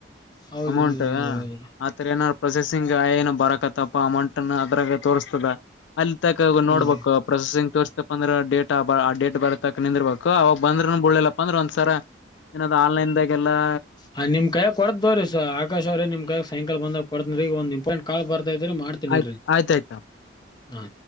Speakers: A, on the left; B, on the left.
A: ಹೌದ್ರಿ
B: ಅಮೌಂಟ್
A: ಹೌದ್ರಿ ಹೌದ್ರಿ ಹೌದ್ರಿ
B: ಆತರ ಏನ ಪ್ರೊಸೆಸಿಂಗ್ ಏ ಬರಕತ್ತಪ್ಪ ಅಮೌಂಟ್ ಅ್ರಾಗ ತೋರಿಸ ತ ಅಲ್ಲಿ ತಕ
A: ಹ್ಞೂ
B: ನೋಡ್ಬೇಕು
A: ರೀ
B: ಪ್ರೊಸೆಸಿಂಗ್ ತರಬೇಕು ಅಂದ್ರೆಡೇ ಆ ಡೇಟ್ ಬರತ್ತಕ್ ನಿಂದರ್ಬೇಕು ಅವಾಗ ಬಂದ್ರರು ಬಳ್ಳಲಪ್ಪಾ ಅಂದ್ರೆ ಒಂದ್ಸರ ಏನ್ ಆನ್ಲೈನ್ದಾಗೆಲ್ಲಾ
A: ಹ ನಿಮ್ ಕಾಯಾಗ ಕೊಡದ ಬೋ್ರಿ ಸ ಆಕಾಶ್ ಅವ್ರ ನಿಮ್ ಕಾಯಾಗ ಸಾಯಂಕ ಬಂದಾಗ ಕೊಡ್ರಗ ಒಂದ ಇಂಪಾರ್ಟೆಟ್ ಕಾಲ್ ಬರ್ ಇದ್ರ ಮಾಡ್ತೀನಿರಿ
B: ಆಯ್ತ ಆಯ್ತಾಯ್ತಾ
A: ಹಾ